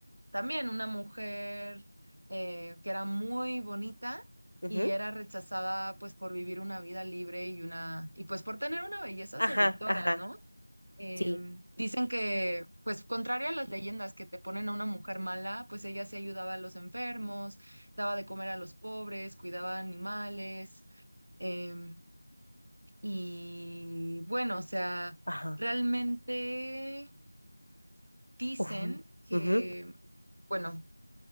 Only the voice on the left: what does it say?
ujú,
ajá,
ajá,
sí,
ajá,
ujú,
ujú,